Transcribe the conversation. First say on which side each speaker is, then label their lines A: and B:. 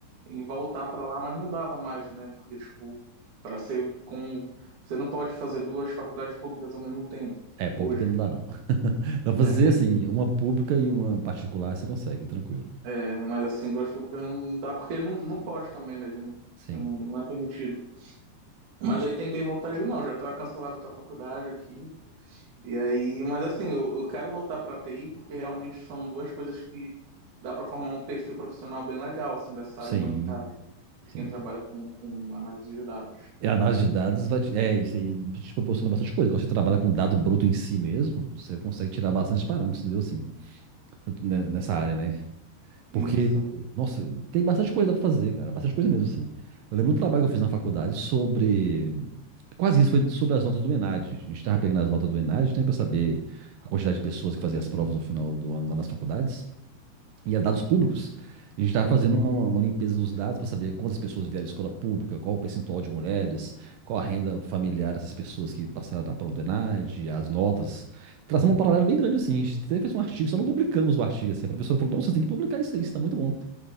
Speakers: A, on the right; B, on the right.
A: em voltar para lá, mas não dava mais, né? Porque, tipo, para ser como. Você não pode fazer duas faculdades públicas ao mesmo tempo,
B: é, pública
A: hoje.
B: não dá, não. <laughs> Dá pra fazer,
A: É,
B: assim, uma pública e uma particular, você consegue, tranquilo.
A: é, mas assim, duas públicas não não dá, porque não, não pode também, né? a gente Não,
B: Sim,
A: assim, não, não é permitido. Mas
B: isso.
A: aí tentei voltar e digo, não, já tá cancelada a tua faculdade aqui. E aí, mas assim, eu, eu quero voltar para TI porque realmente são duas coisas que dá para formar um perfil profissional bem legal, assim, dessa
B: Sim,
A: área humanitária, de
B: sim.
A: quem trabalha com, com análise de dados.
B: E a análise de dados vai te... É, isso aí te proporciona bastante coisa. Quando você trabalha com dado bruto em si mesmo, você consegue tirar bastante parâmetros, entendeu? Assim, né, nessa área, né? Porque,
A: Isso.
B: nossa, tem bastante coisa pra fazer, cara. Bastante coisa mesmo, assim. Eu lembro um trabalho que eu fiz na faculdade sobre. Quase isso, foi sobre as notas do ENAD. A gente tava pegando as notas do ENAD, né, pra saber a quantidade de pessoas que faziam as provas no final do ano lá nas faculdades. E era dados públicos. A gente tava fazendo uma, uma limpeza nos dados pra saber quantas pessoas vieram à escola pública, qual o percentual de mulheres, qual a renda familiar dessas pessoas que passaram na prova do ENAD, as notas. Traçamos um paralelo bem grande, assim. A gente até fez um artigo, só não publicamos o artigo, assim. A professora falou: não, vocês têm que publicar isso aí, isso tá muito bom.